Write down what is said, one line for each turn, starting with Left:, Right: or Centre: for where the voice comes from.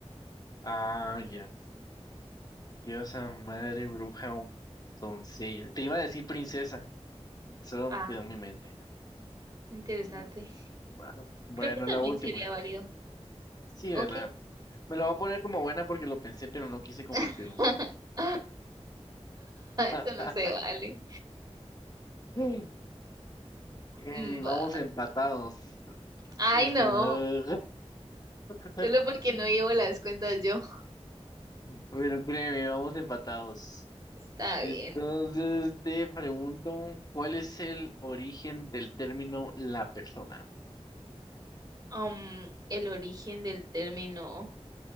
Left: Ah, ya. Diosa, madre, bruja o doncella. Te iba a decir princesa, solo
Right: Ah,
Left: quedó en mi mente.
Right: interesante.
Left: Mm, ah, Bueno,
Right: Creo que también
Left: la última.
Right: sería válido.
Left: Sí, ¿verdad?
Right: Ok.
Left: Me lo voy a poner como buena porque lo pensé, pero no quise
Right: <laughs>
Left: compartirlo. <laughs>
Right: Eso no se vale.
Left: <laughs> Sí. Eh,
Right: Mm,
Left: vamos
Right: va.
Left: empatados.
Right: Ay,
Left: Última.
Right: no.
Left: <laughs>
Right: Solo porque no llevo las cuentas yo.
Left: Pero créeme, vamos empatados.
Right: Está
Left: Entonces
Right: bien.
Left: te pregunto, ¿cuál es el origen del término la persona?
Right: Um, el origen del término.